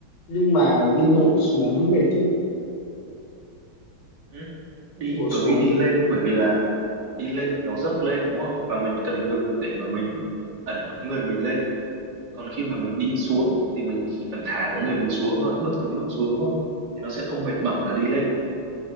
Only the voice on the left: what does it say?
nhưng mà đi bộ xuống mới mệt chứ
đi bộ xuống